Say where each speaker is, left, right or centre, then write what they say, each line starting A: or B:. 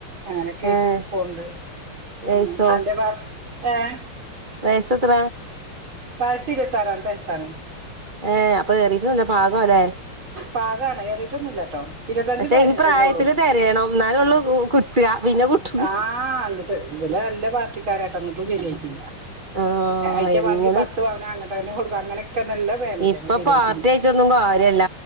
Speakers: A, on the right; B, on the right.
A: അങ്ങനെയൊക്കെ ആയിട്ട്
B: ഏഹ്
A: പോണ്ട്
B: വയസ്സോ
A: ഉം അന്റെ ഏഹ്
B: വയസത്ര
A: വയസ് ഇരിപതാറമത്തെ വയസാണ്
B: ഏഹ് അപ്പൊ ഏറിയിട്ടൊന്നുമില്ല പാകം അല്ലേ
A: പാകണ് എറിട്ടൊന്നുല്ലട്ടോ ഇരുപത്തഞ്ച്
B: പക്ഷെ
A: തകഞ്ഞിട്ട്ന്നെ
B: ഈ പ്രായത്തില്
A: ഉളൂ
B: തിരയണം എന്നാലേ ഉള്ളൂ കിട്ടുക പിന്നെ കിട്ടൂല
A: ആഹ് ഇബൽ നല്ല പാർട്ടിക്കാരായിട്ട് അങ്ങോട്ടും ശരിയായിക്കില്ല
B: ആ
A: ഐറ്റവാണങ്കി
B: എങ്ങനെ
A: പത്ത് പവന അങ്ങട്ട് അ കൊക്ക അങ്ങനൊക്കെ നല്ല ഫാമിലിയാണ്
B: ഇപ്പൊ
A: ശരിയായിട്ടില്ല
B: പാർട്ടി ആയിട്ടൊന്നും കാര്യല്ല